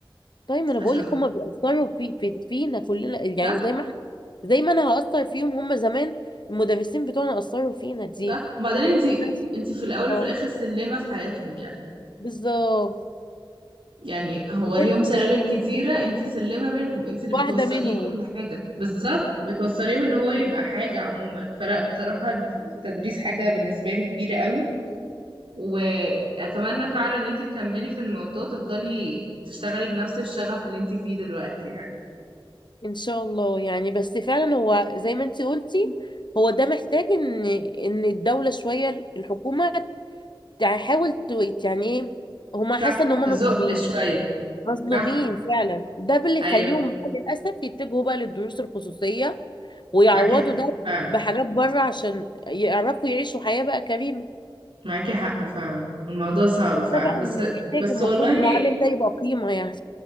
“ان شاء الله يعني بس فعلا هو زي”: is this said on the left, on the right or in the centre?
Left